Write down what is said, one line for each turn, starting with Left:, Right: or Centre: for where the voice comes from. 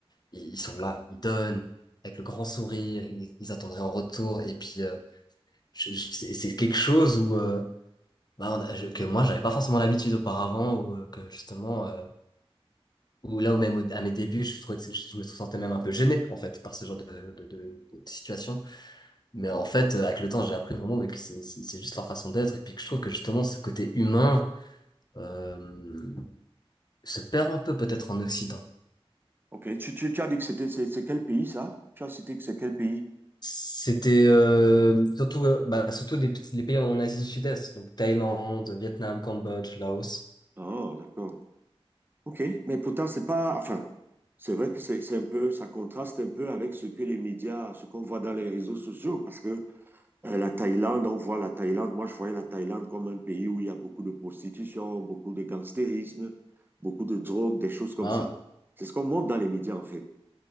Left: ils, ils sont là, ils donnent avec le grand sourire, ils, ils attendraient en retour et puis euh, je- je- c'est c'est quelque chose où euh, bah, on a- je- que moi j'avais pas forcément l'habitude auparavant ou euh, que justement euh, ou là où même au- à mes débuts je trouvais que c'est- je me sentais même un peu gêné en fait par ce genre de, de, de, de situation mais en fait euh, avec le temps j'ai appris vraiment mais que c'est c'est c'est juste leur façon d'être et puis que je trouve que justement ce côté humain euh, se perd un peu peut-être en Occident
Right: Ok, tu, tu, tu as dit que c'était, c'est c'est quel pays ça? Tu as cité que c'est quel pays?
Left: c'était euh, surtout euh, bah, surtout les, petits- les pays en Asie du Sud-Est donc Thaïlande Vietnam Cambodge Laos
Right: Oh, d'accord. Ok, mais pourtant, c'est pas, enfin, c'est vrai que c'est c'est un peu, ça contraste un peu avec ce que les médias, ce qu'on voit dans les réseaux sociaux, parce que Euh, la Thaïlande, on voit la Thaïlande. Moi, je voyais la Thaïlande comme un pays où il y a beaucoup de prostitution, beaucoup de gangstérisme, beaucoup de drogue, des choses comme
Left: Ah,
Right: ça. C'est ce qu'on montre dans les médias, en fait.